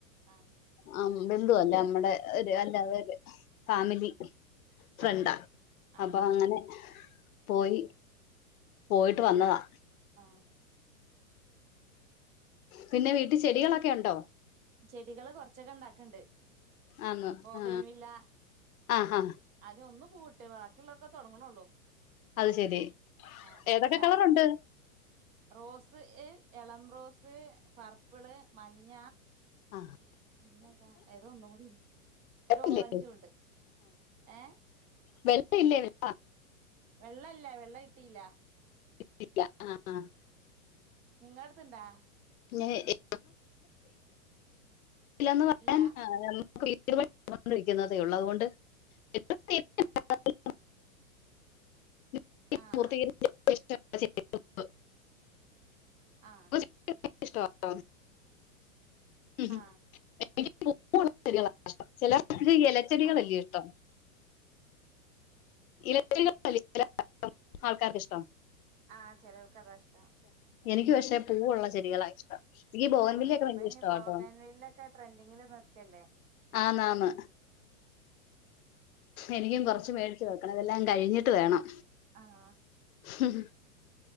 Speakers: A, on the right; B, on the left.
A: ആഹ്
B: ആഹ് ബന്ധുവല്ല അമ്മടെ ഒരു അല്ലാതെ ഒരു ഫാമിലി ഫ്രണ്ടാ
A: ആഹ് ആഹ്
B: അപ്പൊ അങ്ങനെ പോയി പോയിട്ട് വന്നതാ
A: ആഹ്
B: പിന്നെ വീട്ടി ചെടികളൊക്കെ ഒണ്ടോ?
A: ചെടികള് കൊറച്ചൊക്കെ ഇണ്ടാക്കണ്ട്.
B: ആന്ന്
A: ബോഗയ്ൻ
B: ആ
A: വില്ല
B: ആ ആ
A: അത് ഒന്ന് പൂവിട്ടെ വാക്കിള്ളതൊക്കെ തൊടങ്ങണൊള്ളൂ.
B: അത് ശെരി
A: ഇങ്ങക്ക്ണ്ടാ
B: ഏതൊക്കെ കളറുണ്ട്
A: റോസ് എളം റോസ് പർപ്പിള് മഞ്ഞ
B: ആഹ്
A: പിന്നെതാ ഏതോ ഒന്നും കൂടിണ്ട് ഒരു
B: ഇല്ലേ
A: ഓറഞ്ചും ഉണ്ട് ഏഹ്
B: വെള്ള ഇല്ലേ വെള്ള
A: വെള്ളല്ല വെള്ള കിട്ടില്ല
B: കിട്ടില്ല ആഹ് ആഹ്
A: നിങ്ങള അടുത്ത്ണ്ടാ
B: <unintelligible> ഇല്ലാ ന്ന് പറ
A: ഇല്ലാ
B: ആഹ് ഞമ്മക്ക് വീടുപണി വെക്കുന്നോണ്ട് ഇരിക്കുന്നതേ ഒള്ളൂ അതുകൊണ്ട് <unintelligible> <unintelligible>
A: ആ ആ ആഹ്
B: എനിക്കിഷ്ട്ടാവാ ട്ടോ ഉം
A: ആ
B: എനിക്ക് പൂവുള്ള ചെടികളാ ഇഷ്ടം ചിലർക്ക് എലച്ചെടികളില്ലെ
A: ആ
B: ഇഷ്ടം ഇലചെടികളല്ലേ ചില ആൾക്കാർക്ക് ഇഷ്ട്ടം
A: ആ ചിലർക്ക് അതാ ഇഷ്ടം
B: എനിക്ക് പക്ഷേ പൂവുള്ള ചെടികളാ ഇഷ്ടം എനിക്ക് ബോഗൻവില്ലയൊക്കെ
A: ആഹ അപ്പ
B: ഭയങ്കര
A: ഇനി
B: ഇഷ്ടമാട്ടോ
A: ബോഗൻവില്ലൊക്കെ ട്രെൻഡിങ്ങിന് നിൽക്കല്ലേ
B: ആഹന്നാന്ന് എനിക്കും കൊറച്ച് മേടി വെക്കണം ഇതെല്ലാം കഴിഞ്ഞിട്ട് വേണം
A: ആഹ്
B: ഹും